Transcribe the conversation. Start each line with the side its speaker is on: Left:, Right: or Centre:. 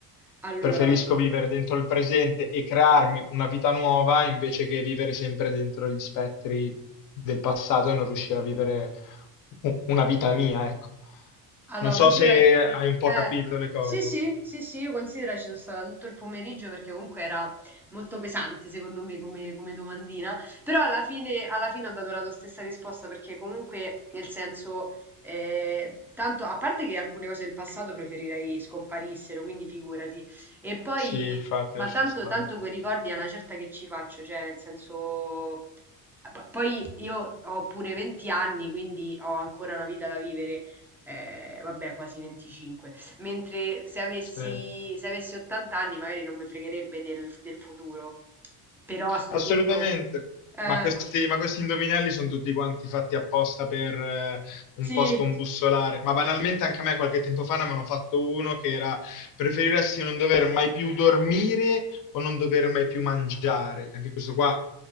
Centre: allora...
Left: Preferisco vivere dentro il presente e crearmi una vita nuova invece che vivere sempre dentro gli spettri del passato e non riuscire a vivere u- una vita mia, ecco.
Centre: Allora,
Left: Non so
Centre: considera...
Left: se
Centre: Eh,
Left: hai un po' capito le cose.
Centre: sì, sì, sì, sì, io considero ci sono stata tutto il pomeriggio perché comunque era molto pesante secondo me come, come domandina, però alla fine, alla fine ho dato la tua stessa risposta perché comunque nel senso, eh, tanto a parte che alcune cose del passato preferirei scomparissero, quindi figurati, e poi,
Left: Sì, infatti,
Centre: ma
Left: lascia
Centre: tanto,
Left: stare.
Centre: tanto quei ricordi a una certa che ci faccio, cioè nel senso... eh, P- Poi io ho pure 20 anni, quindi ho ancora una vita da vivere eh, vabbè, quasi 25. Mentre se avessi,
Left: Sì.
Centre: se avessi 80 anni magari non mi fregherebbe del, del futuro. Però a sto
Left: Assolutamente,
Centre: punto... Eh,
Left: ma questi, ma questi indovinelli sono tutti quanti fatti apposta per eh, un
Centre: sì,
Left: po' scombussolare. Ma banalmente anche a me qualche tempo fa ne avevano fatto uno che era preferiresti non dover mai più dormire o non dover mai più mangiare. Anche questo qua,